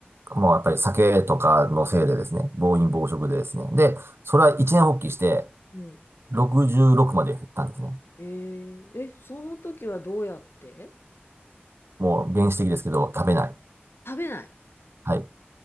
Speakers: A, on the right; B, on the left.
A: もうやっぱり酒とかのせいでですね、暴飲暴食でですね。で、それは一年発起して、
B: うん。
A: 66まで減ったんですね。
B: えー、え、その時はどうやって
A: もう原始的ですけど、食べない。
B: 食べない。
A: はい。